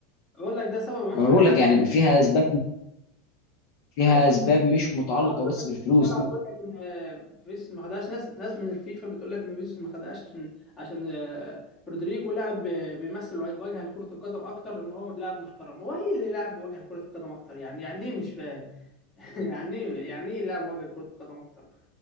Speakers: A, on the left; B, on the left.
A: بقول لك ده سبب عنصري
B: ما أنا بقول
A: بحت
B: لك يعني فيها أسباب فيها
A: ايوه انت
B: أسباب
A: متخيل
B: مش
A: إن
B: متعلقة
A: طلع تقول
B: بس
A: لك
B: بالفلوس
A: طلع
B: لا
A: تقول لك ان آه، فيس ما خدهاش ناس ناس من الفيفا بتقول لك ان فيس ما خدهاش عشان عشان آه، رودريجو لاعب ب- بيمثل وجه لكرة القدم اكتر ان هو لاعب محترم هو هي اللي لاعب وجه لكرة القدم اكتر يعني يعني ايه مش فاهم <laughs> يعني ايه يعني ايه لاعب وجه لكرة القدم اكتر